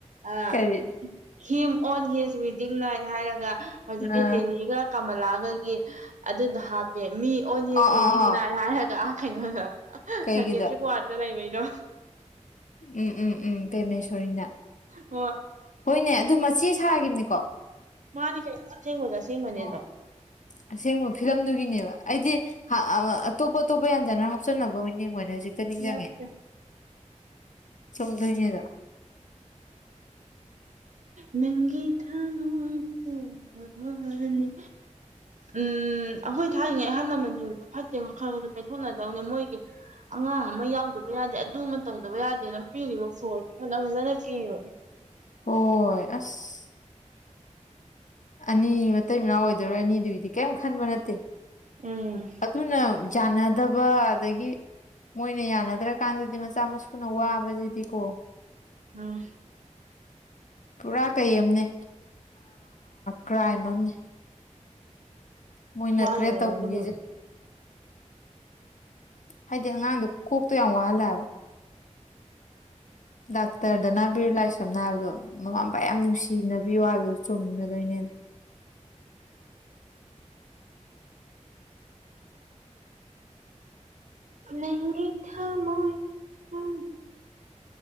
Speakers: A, on the right (about 75°); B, on the left (about 75°).
A: ꯑꯥ
B: ꯀꯔꯤ
A: ꯍꯤꯝ ꯑꯣꯟ ꯍꯤꯁ ꯋꯤꯗꯤꯡ ꯅꯥꯏꯠ ꯍꯥꯏꯔꯒ ꯍꯧꯖꯤꯛꯀꯤ
B: ꯑ
A: ꯗꯦꯅꯤꯒ ꯀꯃꯂꯥꯒꯒꯤ ꯑꯗꯨꯗꯣ ꯍꯥꯞꯄꯦ ꯃꯤ ꯑꯣꯟꯁꯤ
B: ꯑ
A: ꯁꯨꯋꯤꯗꯤꯤꯡ
B: ꯑ ꯑ
A: ꯅꯥꯏ ꯍꯥꯏꯔꯒ ꯑꯥ ꯈꯩꯅꯣ
B: ꯀꯩꯒꯤꯗ
A: ꯁꯥꯏꯀꯦꯇ꯭ꯔꯤꯛ ꯋꯥꯔꯗꯇ ꯂꯩꯕꯩꯅꯣ
B: ꯎꯝ ꯎꯝ ꯎꯝ ꯄꯦꯔꯃꯦꯁꯔꯤꯅ
A: ꯍꯣꯏ
B: ꯍꯣꯏꯅꯦ ꯑꯗꯨ ꯃꯆꯦ ꯁꯥꯈꯤꯕꯅꯤꯀꯣ
A: ꯃꯥꯅꯤ ꯀ ꯁꯤꯃꯗ ꯁꯤꯃꯅꯤꯗ
B: ꯎꯝ ꯑꯁꯦꯡꯕ ꯐꯤꯂꯝꯗꯨꯒꯤꯅꯦꯕ ꯑꯩꯗꯤ ꯑ ꯑꯇꯣꯞ ꯑꯇꯣꯞꯄ ꯌꯥꯟꯖꯅ ꯍꯥꯞꯆꯤꯟꯅꯕ ꯑꯣꯏꯅ ꯌꯦꯉꯦ ꯍꯧꯖꯤꯛ ꯛꯇ ꯅꯤꯡꯁꯤꯡꯪꯉꯦ
A: ꯅꯠꯇꯦ
B: ꯆꯨꯝꯗꯣꯏꯅꯦꯗꯣ
A: ꯅꯪꯒꯤ ꯊ ꯃꯣꯏ ꯆꯅꯤ ꯎꯝ ꯑꯩꯈꯣꯏ ꯊꯥꯛꯏꯉꯩ ꯑꯍꯜ ꯂꯃꯟꯖꯨꯔꯗꯣ ꯐꯠꯇꯦ ꯈꯜꯗ ꯄꯦꯟꯊꯣꯛꯅꯗꯧꯅꯦ ꯃꯣꯏꯒꯤ ꯑꯉꯥꯡ ꯑꯃ ꯌꯥꯎꯗꯕ ꯌꯥꯗꯦ ꯑꯗꯨꯃ ꯇꯧꯗꯕ ꯌꯥꯗꯦ ꯅ ꯄꯤꯔꯤꯕ ꯐꯣꯟ ꯐꯣꯟꯅ ꯐꯖꯅ ꯄꯤꯕ
B: ꯍꯣꯏ ꯑꯁ ꯑꯅꯤ ꯃꯇꯩ ꯃꯅꯥꯎ ꯑꯣꯏꯗꯣꯏꯔꯣꯏ ꯑꯅꯤꯗꯨꯒꯤꯗꯤ ꯀꯔꯤꯝ ꯈꯟꯕ ꯅꯠꯇꯦ
A: ꯎꯝ
B: ꯑꯗꯨꯅ ꯌꯥꯅꯗꯕ ꯑꯗꯒꯤ ꯃꯣꯏꯅ ꯌꯥꯅꯗ꯭ꯔꯀꯥꯟꯗꯗꯤ ꯃꯆꯥ ꯃꯁꯨꯅ ꯋꯥꯕꯁꯤꯗꯤ ꯀꯣ
A: ꯎꯝ
B: ꯄꯨꯔꯥ ꯀꯩ ꯑꯅꯦ ꯀ꯭ꯔꯥꯏꯝ ꯑꯅꯦ ꯃꯣꯏꯅ
A: ꯃꯥꯒꯤꯅꯦ
B: ꯈꯔꯦ ꯇꯧꯕꯤꯅꯤꯁꯦ
A: ꯑꯗꯨꯒ
B: ꯍꯥꯏꯗꯤ ꯑꯉꯥꯡꯗꯣ ꯀꯣꯛꯇꯣ ꯌꯥꯝ ꯋꯥꯍꯜꯂꯑꯕ ꯗꯥꯛꯇꯔꯗꯅꯥ ꯕꯤꯔꯂ ꯁꯝꯅ ꯍꯥꯏꯔꯕꯗꯣ ꯃꯃꯥ ꯃꯄꯥ ꯌꯥꯝ ꯅꯨꯡꯁꯤꯅꯕꯤꯌꯨ ꯍꯥꯏꯕꯗꯨꯣ ꯆꯨꯝꯒꯗꯣꯏꯅꯦ ꯑ
A: ꯅꯉ ꯊꯥ ꯃꯣꯏ ꯎ